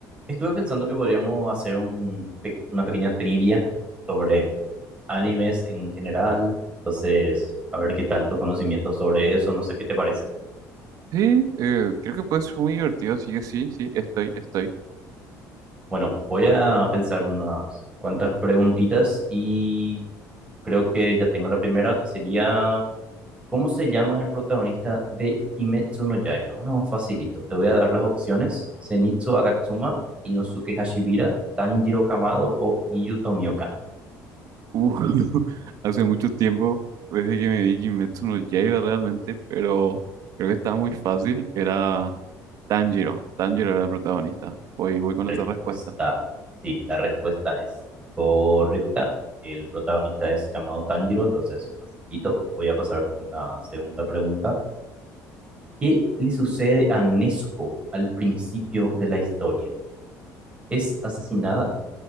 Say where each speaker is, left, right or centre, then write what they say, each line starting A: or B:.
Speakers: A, on the right; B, on the right.
A: Estuve pensando que podríamos hacer un pe- una pequeña trivia sobre animes en general. Entonces, a ver qué tal tus conocimientos sobre eso, no sé qué te parece.
B: Sí, eh, creo que puede ser muy divertido, así que sí, sí, estoy, estoy.
A: Bueno, voy a pensar unas cuantas preguntitas y creo que ya tengo la primera, que sería, ¿cómo se llama el protagonista de Kimetsu no Yaiba? Uno facilito. Te voy a dar las opciones. Zenitsu Agatsuma, Inosuke Hashibira, Tanjiro Kamado o Giyu Tomioka.
B: Uh, <laughs> hace mucho tiempo, desde que me vi Kimetsu no Yaiba realmente, pero creo que estaba muy fácil, era Tanjiro, Tanjiro era el protagonista. Voy, voy con
A: Respuesta,
B: esa respuesta.
A: sí, la respuesta es correcta. El protagonista es Kamado Tanjiro, entonces facilito. Voy a pasar con la segunda pregunta. ¿Qué le sucede a Nezuko al principio de la historia? ¿Es asesinada?